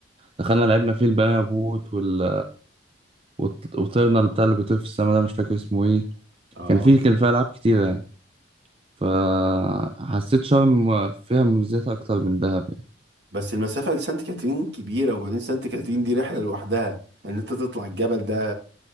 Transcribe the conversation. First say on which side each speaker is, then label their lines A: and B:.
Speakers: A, on the right; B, on the right.
A: دخلنا لعبنا فيه البنانا بوت وال... وط- وطيرنا بتاع اللي بيطير في السما ده مش فاكر اسمه إيه
B: اه
A: كان فيه كان فيه ألعاب كتيرة يعني فحسيت شرم فيها مميزات أكتر من دهب يعني
B: بس المسافة لسانت كاترين كبيرة وبعدين سانت كاترين دي رحلة لوحدها ان انت تطلع الجبل ده